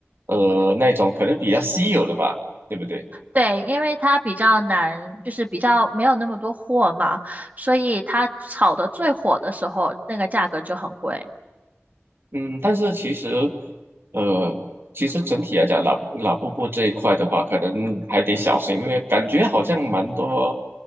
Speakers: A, on the right; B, on the right.
A: 呃，那种可能比较稀有的吧，对不对？
B: 对，因为它比较难，就是比较没有那么多货嘛，所以它炒的最火的时候，那个价格就很贵。
A: 嗯，但是其实，呃，其实整体来讲，老老布布这一块的话，可能还得小心，因为感觉好像蛮多